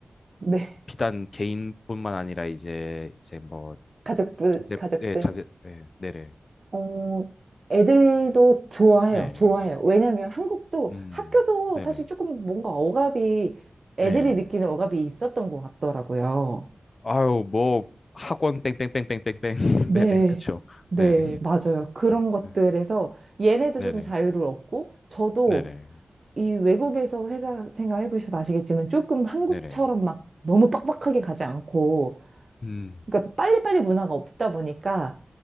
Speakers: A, on the right; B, on the left.
A: 네,
B: 비단 개인뿐만 아니라 이제 이제 뭐
A: 가족들,
B: 자제,
A: 가족들.
B: 네, 자제, 네, 네네,
A: 어, 애들도 좋아해요.
B: 네,
A: 좋아해요. 왜냐면 한국도
B: 음,
A: 학교도
B: 네네,
A: 사실 조금 뭔가 억압이, 애들이
B: 네,
A: 느끼는 억압이 있었던 것 같더라고요.
B: 아유 뭐 학원 뺑뺑뺑뺑뺑뺑, <laughs>
A: 네,
B: 네네, 그쵸,
A: 네,
B: 네네,
A: 맞아요. 그런 것들에서
B: 네,
A: 얘네도
B: 네네,
A: 조금 자유를 얻고, 저도
B: 네네,
A: 이 외국에서 회사 생활 해보셔서 아시겠지만 조금 한국처럼
B: 네네,
A: 막 너무 빡빡하게 가지 않고,
B: 음,
A: 그러니까 빨리빨리 문화가 없다 보니까